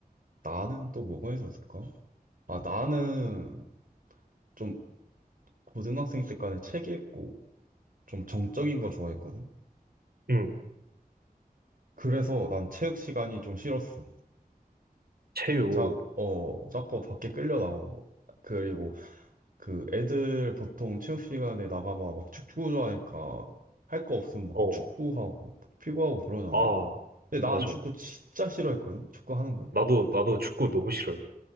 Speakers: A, on the right; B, on the right.
A: 나는 또 뭐가 있었을까? 아, 나는 좀 고등학생 때까지 책 읽고 좀 정적인 거 좋아했거든.
B: 응.
A: 그래서 난 체육 시간이 좀 싫었어.
B: 체육,
A: 자, 어, 자꾸 밖에 끌려 나가고. 그리고 그 애들 보통 체육 시간에 나가면 막 축구 좋아하니까 할 거 없으면 막
B: 어,
A: 축구하고 피구하고 그러잖아.
B: 아,
A: 근데 난
B: 맞아.
A: 축구 진짜 싫어했거든. 축구 하는 거.
B: 나도, 나도 축구 너무 싫어해.